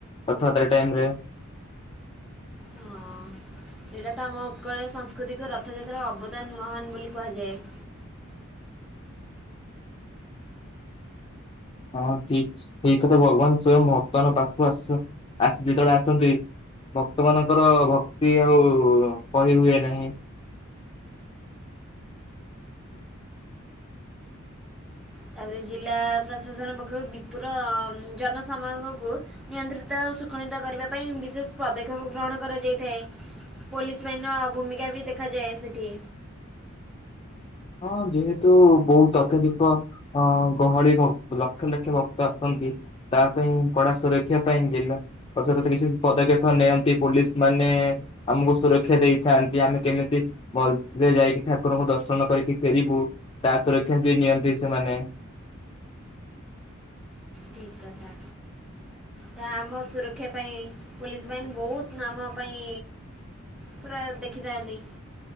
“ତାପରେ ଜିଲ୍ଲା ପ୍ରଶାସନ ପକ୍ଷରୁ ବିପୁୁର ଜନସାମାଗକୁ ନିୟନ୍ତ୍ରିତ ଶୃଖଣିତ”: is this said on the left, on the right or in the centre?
Centre